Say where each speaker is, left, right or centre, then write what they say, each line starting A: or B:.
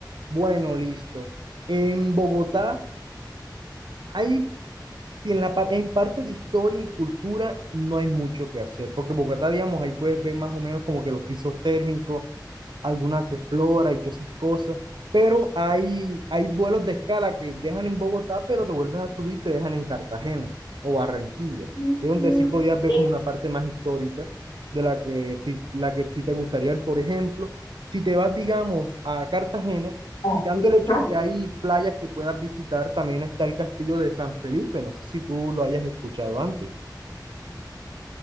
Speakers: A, on the right; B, on the left.
A: Bueno, listo. En Bogotá hay, si en la par- en parte de historia y cultura no hay mucho que hacer, porque Bogotá, digamos, ahí puedes ver más o menos como que los pisos térmicos, alguna que explora y todas esas cosas, pero hay, hay vuelos de escala que dejan en Bogotá, pero te vuelves a subir y te dejan en Cartagena o Barranquilla.
B: Mm,
A: Es donde sí podías ver
B: sí,
A: como una parte más histórica de la que sí, la que sí te gustaría ver. Por ejemplo, si te vas, digamos, a Cartagena,
B: ah,
A: quitando el
B: ajá.
A: hecho que hay playas que puedas visitar, también está el castillo de San Felipe, no sé si tú lo hayas escuchado antes